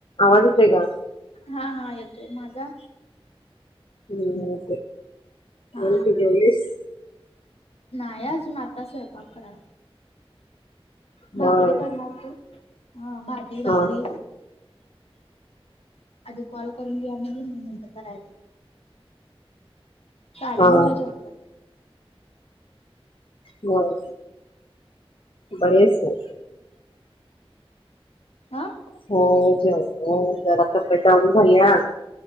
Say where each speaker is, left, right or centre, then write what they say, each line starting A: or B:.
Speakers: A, on the left; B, on the left.
A: आवाज येतोय का?
B: हा हा येतोय, माझा.
A: हम्म,
B: हा
A: तेती जलीस.
B: नाय अजून, आता स्वयंपाक करा भाकरी
A: होय
B: करणार होतो, ह भाजी भाकरी.
A: हा
B: आधी कॉल करून घ्या म्हणाल, मग नंतर करायचं. साडेनऊ
A: हा
B: ला जावतात.
A: होय, बरीयसेय
B: अ.
A: हो जेवलो, जरा तबेत डाउन झाली या.